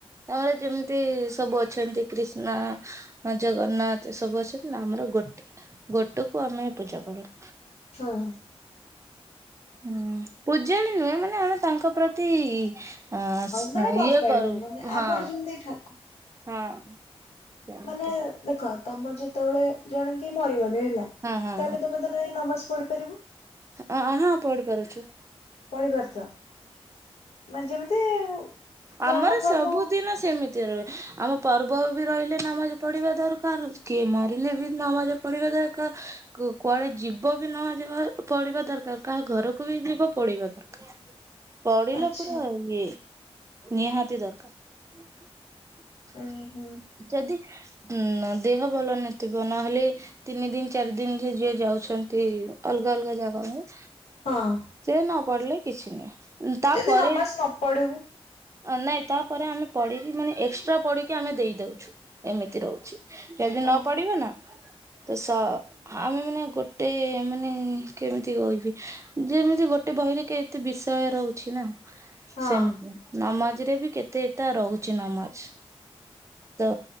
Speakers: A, on the right; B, on the left.
A: ତାପରେ ଯେମିତି ସବୁ ଅଛନ୍ତି କ୍ରିଷ୍ଣା ଜଗନ୍ନାଥ ଏ ସବୁ ଅଛି ଆମର ଗୋଟେ ଗୋଟେକୁ ଆମେ ପୂଜା କରୁ।
B: ହଁ।
A: ହୁଁ ପୂଜାରି ନୁହେଁ ମାନେ ଆମେ ତାଙ୍କ ପ୍ରତି ହଁ
B: ମାନେ ଭଲ
A: ଇଏ
B: ପାଇବା
A: କରୁ
B: ମାନେ ଆମର
A: ହଁ
B: ଯେମିତି ଠାକୁ
A: ହଁ। <unintelligible>
B: ମାନେ ଦେଖ ତମର ଯେତେବେଳେ ଜଣେ କିଏ ମରିଗଲେ ହେଲା
A: ହଁ ହଁ
B: ତାହେଲେ ତମେ ତମେ ଏ ନମାଜ ପଢିପାରିବ?
A: ଅ ହଁ ପଢିପାରୁଛୁ।
B: <inaudible> ମାନେ ଯେମିତି କର୍ମ
A: ଆମର ସବୁଦିନ
B: ଫର୍ମ
A: ସେମିତି ରହେ ଆମ ପର୍ବ ବି ରହିଲେ ନମାଜ ପଢିବା ଦରକାର କିଏ ମରିଲେ ବି ନମାଜ ପଢିବା ଦରକାର୍। କୁ କୁଆଡେ ଯିବ ବି ନ ଯିବା ପଡିବା ଦରକାର କାହା ଘରକୁ ବି ଯିବ ପଡିବା ଦରକାର। ପଢିଲା
B: ଆଚ୍ଛା
A: ପୁରା ଇଏ ନିହାତି ଦରକାର
B: ଉଁ ହୁଁ
A: ଯଦି ହୁଁ ଦେହ ଭଲ ନଥିବ ନହେଲେ ତିନି ଦିନ ଚାରି ଦିନ ଯିଏ ଯିଏ ଯାଉଛନ୍ତି ଅଲଗା ଅଲଗା ଜାଗାକୁ
B: ହଁ।
A: ସେ ନ ପଡିଲେ କିଛି ନୁହେଁ ଉଁ ତାପରେ
B: ଯଦି ନମାଜ ନ ପଢୁ
A: ନାଇଁ ତାପରେ ଆମେ ପିଡିକି ମାନେ ଏକ୍ସଟ୍ରା ପଢିକି ଆମେ ଦେଇ ଦଉଚୁ ଏମିତି ରହୁଚି। ଯଦି ନ
B: ଓ
A: ପଡିବ ନା ତ ସ ଆମେ ମାନେ ଗୋଟେ ମାନେ କେମିତି କହିବି ଯେମିତି ଗୋଟେ ବହିରେ କେତେ ବିଷୟ ରହୁଚି ନା
B: ହଁ
A: ସେମିତି। ନମାଜ ରେ ବି କେତେଟା ରହୁଚି ନମାଜ। ତ